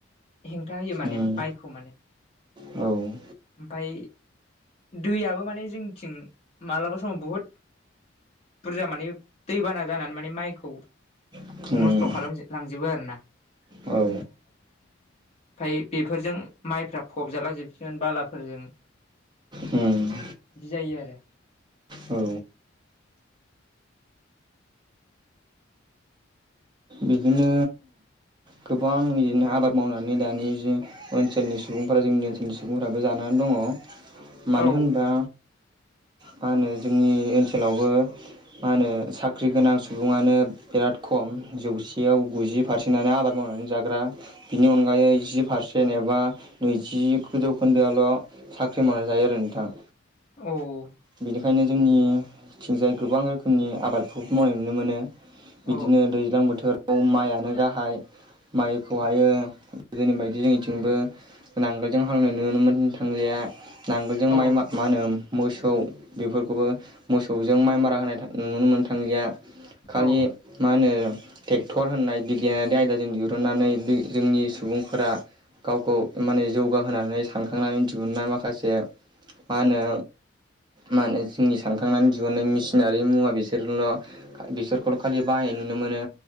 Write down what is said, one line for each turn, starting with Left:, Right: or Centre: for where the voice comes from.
Left: हेंथा होयो माने
Right: उम
Left: माइखौ माने
Right: <unintelligible> औ।
Left: ओमफफ्राय दैयाबबो माने जों थिं मालाबा समाव बुहुद बुरजा माने दैबाना जानानै माने माइखौ
Right: उम
Left: नस्थ' खालाम लांजोबो आरोना। ओमफफ्राय
Right: औ
Left: बेफोरजों माइफ्रा फबजाला जोबसिगोन बालाफोरजों
Right: उम।
Left: बिदि जायो आरो।
Right: औ। बिदिनो गोबां बिदिनो आबाद मावनानै दानि ज ओनसोलनि सुबुंफोरा जोंनि ओनसोलनि सुबुंफ्राबो जानानै दङ मानो
Left: औ
Right: होनबा मा होनो जोंनि ओनसोलावबो मा होनो साख्रि गोनां सुबुङानो बिराद खम जौसेयाव गुजि पारसेन्टनो आबाद मावनानै जाग्रा बिनि अनगायै जि पारसेन्ट एबा नैजि जौखोन्दोआल' साख्रि मावनाय जायो आरो नोंथां।
Left: औ
Right: बेनिखायनो जोंनिथिंजाय गोबां रोखोमनि आबादफोरखौ मावनाय नुनो मोनो बिदिनो
Left: औ
Right: दैज्लां बोथोराव माइआनो गाहाय। माइखौहायो गोदोनि बायदि जोंनिथिंबो नांगोलजों हालेवनाय नुनो मोन थांजाया नांगोलजों
Left: औ
Right: माइ मा होनो मोसौ बेफोरखौबो मोसौजों माइ मारा होनाय था नुनो मोन थांलिया खालि
Left: औ
Right: मा होनो ट्रेक्टर होननाय बिगियानारि आयदाजों दिरुननानै बे जोंनि सुबुंफोरा गावखौ माने जौगाहोनानै सानखांनानै दिहुुननाय माखासे मा होनो मा होनो जोंनि सानखांनानै दिहुननाय मेसिनारि मुवा बिसोरजोंल' बिसोरखौल' खालि बाहाय नुनो मोनो